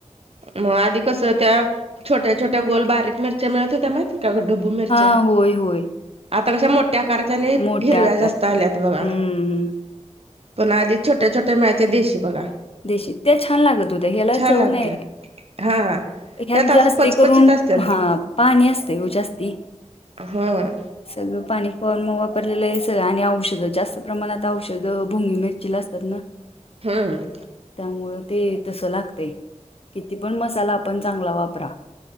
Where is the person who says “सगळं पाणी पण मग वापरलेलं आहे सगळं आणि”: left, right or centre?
Left